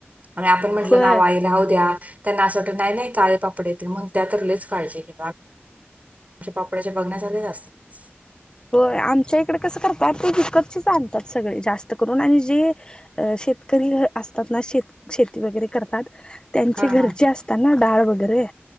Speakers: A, on the right; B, on the left.
A: आणि आपण म्हंटलं
B: होय
A: ना वाय राहू द्या त्यांना असं वाटत नाही काळे पापड येतील म्हण त्या तरलीच काळजी घे म्हणे पापड्याच्या बघण्यासारखेच असतात
B: हो आमच्या इकडे कसं करतात ते हिकतचेच आणतात सगळे जास्त करून आणि जे अ शेतकरी असतात ना शेत शेती वगैरे करतात त्यांचे
A: हा
B: घरचे
A: हा
B: असतात ना डाळ वगैरे